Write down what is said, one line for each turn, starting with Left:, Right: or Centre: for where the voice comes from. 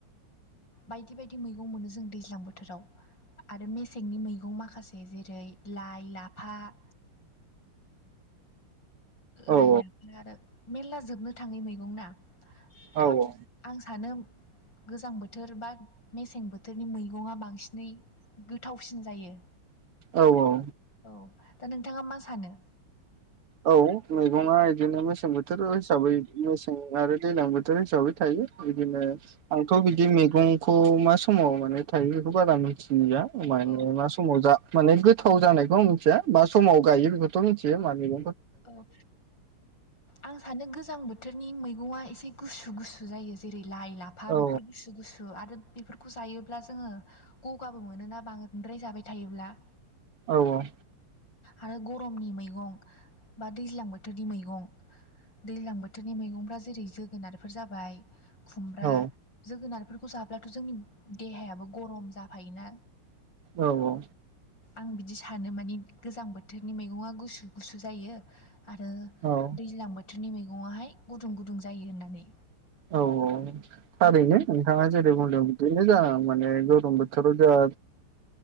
Left: बायदि बायदि मैगं मोनो जों दैज्लां बोथोराव आरो मेसेंनि मैगं माखासे जेरै लाइ - लाफा <inaudible> लाइ
Right: औ
Left: लाफा आरो मेरला जोबनो थांङै मैगं ना आं
Right: औ औ
Left: आं सानो गोजां बोथोर बा मेसें बोथोरनि मैगंया बांसिनै गोथावसिन जायो।
Right: औ औ
Left: औ दा नोंथांङा मा सानो?
Right: औ मैगंया बिदिनो मेसें बोथोर हिसाबै मेसें आरो दैज्लां बोथोर हिसाबै थायो। बिदिनो आंथ' बिदि मैगंखौ मा समाव माने थायो बेखौ बारा मिथि या
Left: औ
Right: माने
Left: औ
Right: मा समाव जा माने गोथाव जानायखौ मिथिया बा समाव गायो बेखौथ' मिथियो माने
Left: औ आं सानो गोजां बोथोरनि मैगं एसे गुसु गुसु जायो जेरै लाइ लाफा
Right: औ
Left: बेफोर गुसु गुसु आरो बेफोरखौ जायोब्ला जोंङो गगाबो मोनोना बांद्राय जाबाय थायोब्ला
Right: औ औ
Left: आरो गरमनि मैगं बा दैज्लां बोथोरनि मैगं दैज्लां बोथोरनि मैगंफ्रा जेरै जोगोनारफोर जाबाय। खुमब्रा
Right: औ
Left: जोगोनारफोरखौ जाब्लाथ' जोंनि देहायाबो गरम जाफायोना
Right: औ औ
Left: आं बिदि सानो मानिे गोजां बोथोरनि मैगंया गुसु गुसु जायो। आरो
Right: औ औ
Left: दैज्लां बोथोरनि मैगङाहाय गुदुं गुदुं जायो होननानै
Right: औ औ थारैनो नोंथांङा
Left: औ
Right: जेरै बुंदों बे ज माने गरम बोथोर गोजां